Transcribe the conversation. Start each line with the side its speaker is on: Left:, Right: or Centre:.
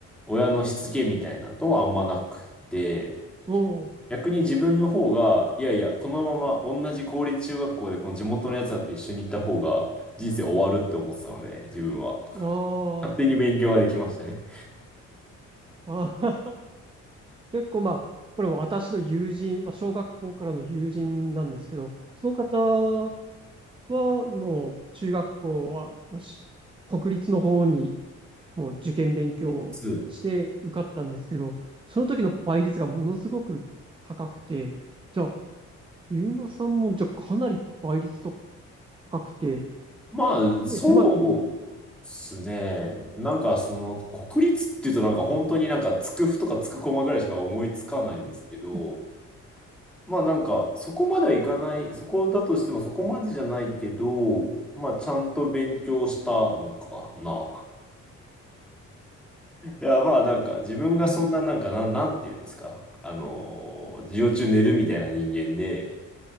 Centre: 親のしつけみたいなのはあんまなくて、
Right: お
Centre: 逆に自分の方が、いやいや、このまま同じ公立中学校でこの地元のやつらと一緒に行った方が人生終わるって思ってたので、自分は。
Right: お、
Centre: 勝手に勉強ができましたね。
Right: ああ、あ結構まあ、これ私の友人、まあ、小学校からの友人なんですけど、その方はもう中学校はもうし国立の方にもう受験勉強をして受かったんですけど、
Centre: いつ
Right: その時の倍率がものすごく高くて、じゃあ、ゆうまさんもじゃあかなり倍率とか高くて、か
Centre: まあ、そうですね。
Right: なり狭き門、
Centre: なんかその、国立っていうとなんか本当になんかつくふとかつくこまぐらいしか思いつかないですけど、
Right: <laughs>
Centre: まあなんかそこまではいかない、そこだとしてもそこまでじゃないけど、まあちゃんと勉強したのかな。いやまあなんか自分がそんななんかなん、
Right: いや、
Centre: なんて言うんですか。あのー、授業中寝るみたいな人間で、